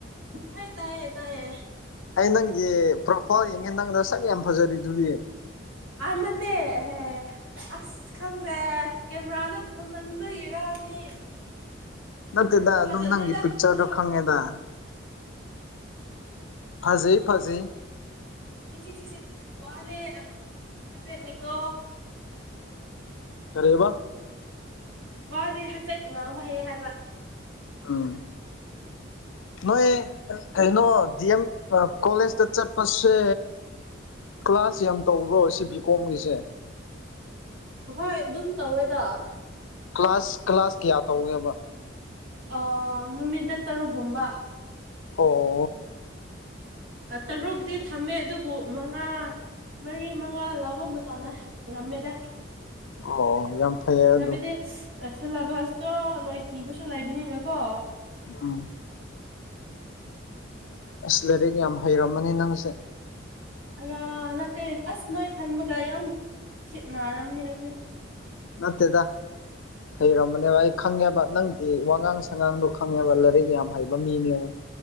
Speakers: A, on the right; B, on the left.
A: ꯍꯥꯏ ꯇꯥꯏꯌꯦ ꯇꯥꯏꯌꯦ
B: ꯑꯩ ꯅꯪꯒꯤ ꯄ꯭ꯔꯣꯐꯥꯏꯜ ꯌꯦꯡꯉꯦ ꯅꯪ ꯅꯁꯛ ꯌꯥꯝ ꯐꯖꯔꯤꯗꯨꯗꯤ
A: ꯑꯥ ꯅꯠꯇꯦ ꯑꯦꯍꯦ ꯑꯁ ꯈꯪꯗꯦ ꯀꯦꯝꯔꯥꯅ ꯐꯝꯃ <unintelligible> ꯃꯤ
B: ꯅꯠꯇꯦꯗ ꯑꯗꯨꯝ
A: ꯐꯖꯗꯦꯗ
B: ꯅꯪꯒꯤ ꯄꯤꯛꯆꯔꯗꯣ
A: ꯑꯗꯨꯁꯨ
B: ꯈꯪꯉꯦꯗ ꯐꯖꯩ ꯐꯖꯩ
A: <unintelligible> ꯋꯥꯔꯦ ꯍꯥꯏꯐꯦꯠꯅꯤꯀꯣ
B: ꯀꯔꯤꯕ
A: ꯋꯥꯗꯤ ꯍꯥꯏꯐꯦꯠ ꯉꯥꯡꯕ ꯍꯩ ꯍꯥꯏꯕ
B: ꯎꯝ ꯅꯣꯏ ꯀꯩꯅꯣ ꯗꯤ ꯑꯦꯝ ꯀꯣꯂꯦꯖꯇ ꯆꯠꯄꯁꯦ ꯀ꯭ꯂꯥꯁ ꯌꯥꯝ ꯇꯧꯕ꯭ꯔꯣ ꯁꯤ ꯕꯤꯀꯣꯝꯒꯤꯁꯦ
A: ꯍꯣꯏ ꯑꯗꯨꯝ ꯇꯧꯋꯤꯗ
B: ꯀ꯭ꯂꯥꯁ ꯀ꯭ꯂꯥꯁ ꯀꯌꯥ ꯇꯧꯒꯦꯕ
A: ꯑꯥ ꯅꯨꯃꯤꯠꯇ ꯇꯔꯨꯛꯀꯨꯝꯕ
B: ꯑꯣ
A: ꯇꯔꯨꯛꯇꯤ ꯊꯝꯃꯦ ꯑꯗꯨꯕꯨ ꯃꯉꯥ ꯃꯔꯤ ꯃꯉꯥ ꯂꯧꯕ ꯃꯇꯝꯗ ꯌꯥꯝꯃꯦꯗ
B: ꯑꯣ ꯌꯥꯝ ꯐꯩꯌꯦ ꯑꯗꯨ
A: ꯍꯥꯏꯕꯗꯤ ꯁꯤꯂꯦꯕꯁꯇꯣ ꯂꫭꯏꯈꯤꯕꯁꯨ ꯂꯩꯕꯅꯤꯅꯀꯣ
B: ꯎꯝ ꯑꯁ ꯂꯥꯏꯔꯤꯛ ꯌꯥꯝ ꯍꯩꯔꯝꯃꯅꯤ ꯅꯪꯁꯦ
A: ꯑꯌꯥ ꯅꯠꯇꯦ ꯑꯁ ꯅꯣꯏ ꯈꯟꯕꯒ ꯌꯥꯝ ꯈꯦꯠꯅꯔꯝꯅꯤ ꯑꯩꯁꯦ
B: ꯅꯠꯇꯦꯗ ꯍꯩꯔꯝꯕꯅꯦꯕ ꯑꯩ ꯈꯪꯉꯦꯕ ꯅꯪꯒꯤ ꯋꯉꯥꯡ ꯁꯉꯥꯡꯗꯣ ꯈꯪꯉꯦꯕ ꯂꯥꯏꯔꯤꯛ ꯌꯥꯝ ꯍꯩꯕ ꯃꯤꯅꯦꯕ